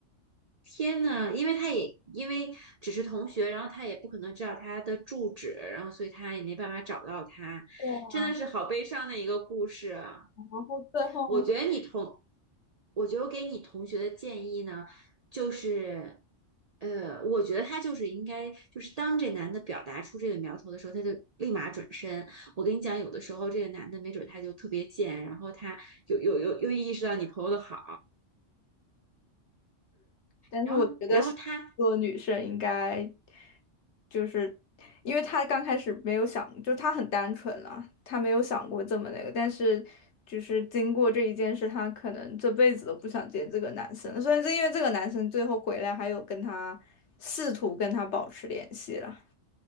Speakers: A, on the right; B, on the left.
A: 天呐，因为他也因为只是同学，然后他也不可能知道他的住址，然后所以他也没办法找到他，
B: 对啊，
A: 真的是好悲伤的一个故事啊
B: 然后最后
A: 我觉得你同，我觉得我给你同学的建议呢，就是，呃，我觉得他就是应该，就是当这男的表达出这个苗头的时候，他就立马转身。我跟你讲，有的时候这个男的没准他就特别贱，然后他又又又又意识到你朋友的好，
B: 但是我觉得
A: 然后然后他。
B: 做女生应该就是，因为他刚开始没有想，就他很单纯了，他没有想过这么那个，但是就是经过这一件事，他可能这辈子都不想见这个男生了。虽然是因为这个男生最后回来，还有跟他试图跟他保持联系了。